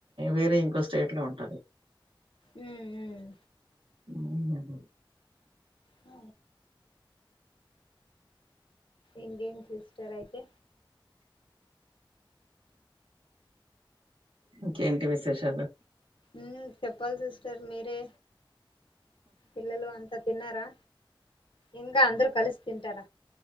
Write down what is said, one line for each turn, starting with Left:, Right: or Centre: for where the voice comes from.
Right: వేరే ఇంకో స్టేట్ లో ఉంటది
Left: మ్ మ్
Right: మ్ హ్మ్ హ్మ్
Left: మ్ ఇంకేం సిస్టర్ అయితే
Right: ఇంకేంటి విశేషాలు
Left: మ్ చెప్పాలి సిస్టర్ మీరే పిల్లలు అంతా తిన్నారా ఇంగ అందరు కలిసి తింటార